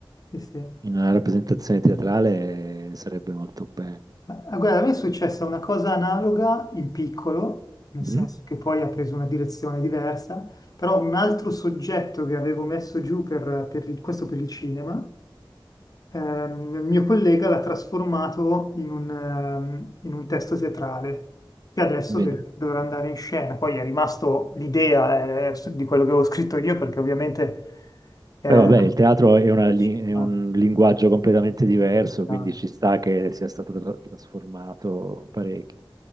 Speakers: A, on the left (about 45°); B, on the right (about 45°).
A: Sì, sì.
B: in una rappresentazione teatrale sarebbe molto bello.
A: Ma ah, guarda, a me è successa una cosa analoga in piccolo, nel
B: Mhm.
A: senso che poi ha preso una direzione diversa, però un altro soggetto che avevo messo giù per, per il- questo per il cinema ehm, il mio collega l'ha trasformato in un, ehm, in un testo teatrale che adesso
B: Bene.
A: de- dovrà andare in scena. Poi è rimasto l'idea, eh, di quello che avevo scritto io, perché ovviamente eh,
B: Beh, vabbè, il teatro è, una
A: il
B: li-
A: cinema-
B: è un linguaggio completamente diverso, quindi
A: ah,
B: ci sta che sia stato tra- trasformato parecchio.